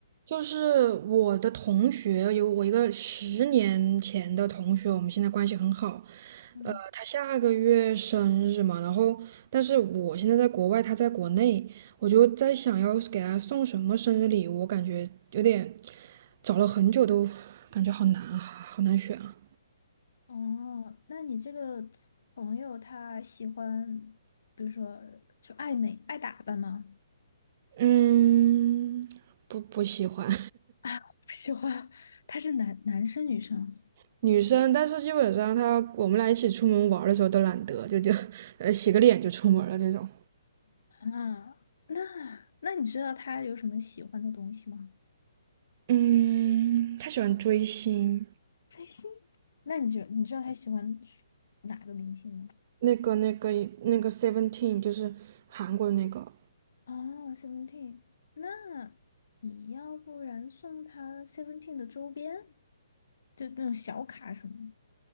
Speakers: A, on the right; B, on the left.
A: 就是我的同学，有我一个十年前的同学，我们现在关系很好。
B: 嗯，
A: 呃，他下个月生日嘛，然后但是我现在在国外，他在国内，我就在想要给他送什么生日礼物，我感觉有点找了很久都感觉好难啊，好难选啊。
B: 哦，那你这个朋友他喜欢，比如说就爱美、爱打扮吗？
A: 嗯，不不喜欢
B: <laughs> 不喜欢，他是男男生女生
A: <laughs> 女生，但是基本上她我们俩一起出门玩儿的时候都懒得，就就呃洗个脸就出门了这种。
B: 啊？那那你知道他有什么喜欢的东西吗？
A: 嗯，他喜欢追星，
B: 追星？那你就你知道他喜欢哪个明星吗？
A: 那个、那个、那个 Seventeen 就是韩国的那个。
B: 哦，Seventeen，那你要不然送他 Seventeen 的周边，就那种小卡什么的。